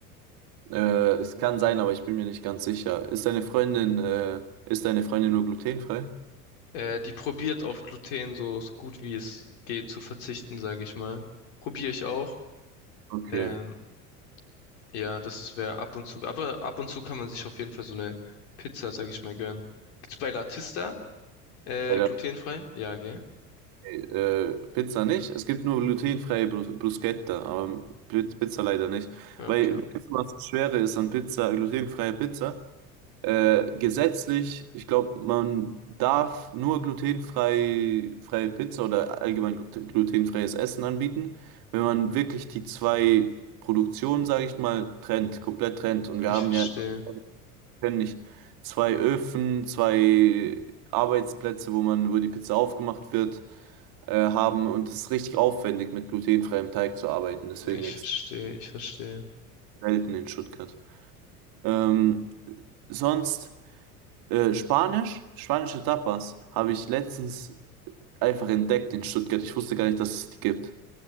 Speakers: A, on the right; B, on the left.
A: Äh, es kann sein, aber ich bin mir nicht ganz sicher. Ist deine Freundin, äh, ist deine Freundin nur glutenfrei?
B: Äh, die probiert auf Gluten so, so gut wie es geht zu verzichten, sage ich mal. Probiere ich auch.
A: Okay.
B: Ähm, ja, das wäre ab und zu. Aber ab und zu kann man sich auf jeden Fall so eine Pizza, sage ich mal, gönnen. Gibt's bei Latista äh,
A: Bei der
B: glutenfrei? Ja, gell?
A: äh, Pizza nicht. Es gibt nur glutenfreie Brus Bruschetta, aber Pi- Pizza leider nicht.
B: Ja,
A: Weil,
B: okay.
A: weißt du, was das Schwere ist an Pizza, glutenfreie Pizza? Äh, gesetzlich, ich glaube, man darf nur glutenfrei, freie Pizza oder allgemein glute- glutenfreies Essen anbieten, wenn man wirklich die zwei Produktionen, sage ich mal, trennt, komplett trennt. Und wir
B: Ich
A: haben
B: verstehe.
A: ja, wir können nicht zwei Öfen, zwei Arbeitsplätze, wo man, wo die Pizza aufgemacht wird, äh, haben. Und es ist richtig aufwendig, mit glutenfreiem Teig zu arbeiten. Deswegen
B: Ich
A: extrem
B: verstehe. Ich verstehe.
A: selten in Stuttgart. Ähm, sonst. Äh, Spanisch, spanische Tapas habe ich letztens einfach entdeckt in Stuttgart. Ich wusste gar nicht, dass es die gibt.